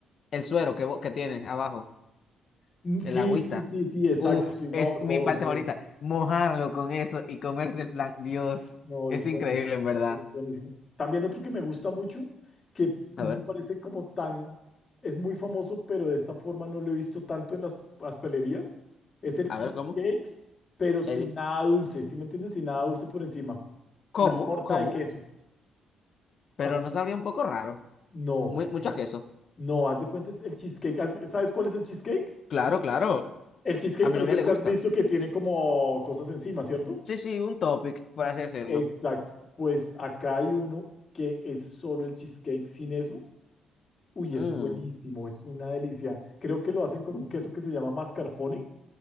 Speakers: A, on the left; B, on the left.
A: El suero que, vo- que tiene abajo.
B: Mm, Sí,
A: El agüita.
B: sí, sí, sí, exacto,
A: Uf,
B: sí, no,
A: es
B: todo,
A: mi parte
B: todo.
A: favorita. Mojarlo con eso y comerse el plan. Dios,
B: No,
A: es
B: es buenísimo,
A: increíble en verdad.
B: es buenísimo. También otro que me gusta mucho, que no
A: A ver,
B: me parece como tan, es muy famoso, pero de esta forma no lo he visto tanto en las pastelerías, es el
A: a
B: cheesecake,
A: ver cómo.
B: pero sin
A: El
B: nada dulce, ¿sí me entiendes? Sin nada dulce por encima.
A: cómo,
B: La torta
A: cómo,
B: de queso.
A: pero
B: Haz-
A: no sabría un poco raro.
B: no,
A: Muy, mucho
B: es-
A: queso.
B: no, haz de cuenta es el cheesecake. Haz- ¿Sabes cuál es el cheesecake?
A: Claro, claro.
B: El cheesecake,
A: A mi
B: pero
A: novia
B: siempre
A: le gusta.
B: has visto que tiene como cosas encima, ¿cierto?
A: Sí, sí, un topic, por así decirlo.
B: Exacto. Pues acá hay uno que es solo el cheesecake sin eso Uy,
A: Mmm,
B: es buenísimo, es una delicia. Creo que lo hacen con un queso que se llama mascarpone,